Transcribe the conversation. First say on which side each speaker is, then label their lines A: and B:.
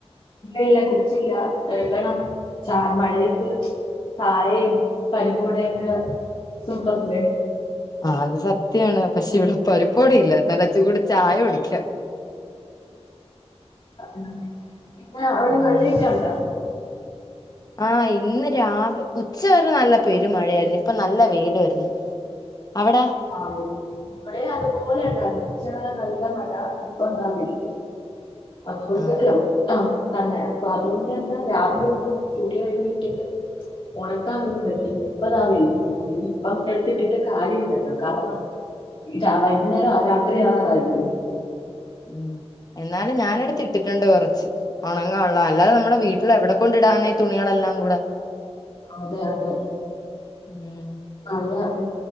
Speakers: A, on the left; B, on the left.
A: ഇല്ല എഴുതണം ചായ മഴക്ക് ചായയും പരിപ്പോടൊക്കെ സൂപ്പർല്ലേ
B: ആ അത് സത്യാണ് പക്ഷെ ഇവിടെ പരിപ്പോട ഇല്ല നല്ല ചൂട് ചായ കുടിക്കുക
A: അത പിന്നെ അവിടെ
B: ഉം
A: മഴയൊക്കെ ഉണ്ടോ
B: ആഹ് ഇന്ന് രാവ ഉച്ച വരെ നല്ല പെരു മഴയായിരുന്നു ഇപ്പൊ നല്ല വെട് വരുന്നു അവിടാ
A: ആ ഇവിടെ അതൊക്ക പോലെ അല്ലായിരുന്നു ഉച്ച നല്ല മഴ ഇപ്പൊന്താനില് അതുകൊണ്ട്ല്ലോ
B: ആഹ്
A: ആ തന്നെ അപ്പൊ അതുകൊണ്ട് തന്നെ രാവിലെ ഒന്നും സ്റ്റുഡിയോ കഴിയിട്ടിട്ട് ഉണക്കാൻൊന്നും പറ്റിയില്ല ഇപ്പതാ വരില്ല ഇപ്പ എടുത്തിട്ടിട്ട് കാര്യമില്ലല്ലോ കാരണം വൈകുന്നേരം രാത്രി ആകറായില്ലേ
B: ഉ എന്നാലും ഞാന എടുത്ത് ഇട്ടിട്ടുണ്ട് കൊറച്ച് ഉണങ്ങള്ളൻ അല്ല നമ്മുടെ വീട്ടിൽ എവിടെ കൊണ്ട് ഇടാനായിഈ തുണികളെല്ലാം കൂടെ
A: അതെ അതെ
B: ഉം
A: മഴ ഉ